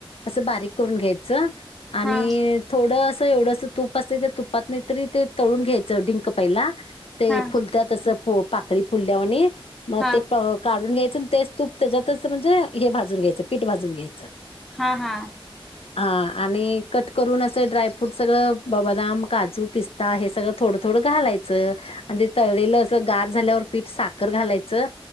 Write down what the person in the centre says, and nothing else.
हा
हा
हा
हा हा.